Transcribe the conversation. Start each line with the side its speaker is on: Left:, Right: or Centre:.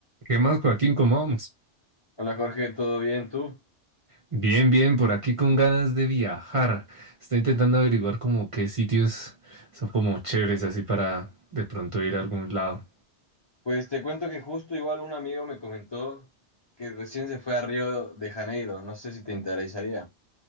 Right: ¿Qué más, Joaquín? ¿Cómo vamos?
Left: Hola Jorge, ¿todo bien tú?
Right: Bien, bien, por aquí con ganas de viajar. Estoy intentando averiguar como qué sitios son como chéveres así para de pronto ir a algún lado.
Left: Pues te cuento que justo igual un amigo me comentó que recién se fue a Río de Janeiro, no sé si te interesaría.